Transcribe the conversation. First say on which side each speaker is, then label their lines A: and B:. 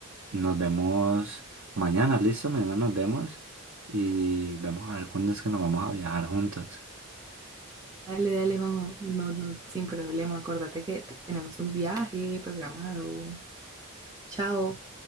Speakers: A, on the right; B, on the right.
A: nos vemos mañana, ¿listo? Mañana nos vemos y vamos a ver cuándo es que nos vamos a viajar juntos.
B: Dale, dale, Juanjo. No, no, sin problema. Acuérdate que tenemos un viaje programado. Chao.